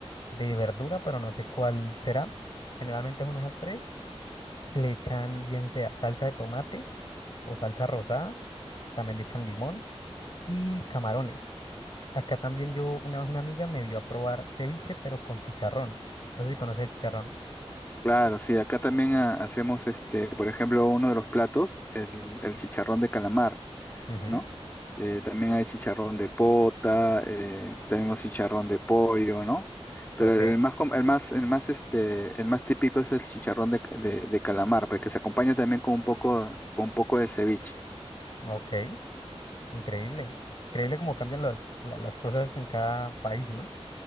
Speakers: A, on the left (about 50°); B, on the left (about 20°).
A: de verdura, pero no sé cuál será. Generalmente son esas tres. Le echan bien sea salsa de tomate o salsa rosada, también le echan limón y camarones. Acá también yo, una vez una amiga me dio a probar ceviche, pero con chicharrón. No sé si conoces el chicharrón.
B: Claro, sí. Acá también ah, hacemos este, por ejemplo, uno de los platos, el, el chicharrón de calamar.
A: Ujú,
B: ¿no? Eh, también hay chicharrón de pota, eh, tenemos chicharrón de pollo, ¿no? Pero
A: Ok,
B: el más, com- el más, el más, este, el más típico es el chicharrón de, de, de calamar, porque se acompaña también con un poco, con un poco de ceviche.
A: ok, increíble. Increíble cómo cambian las la- las cosas en cada país, ¿no?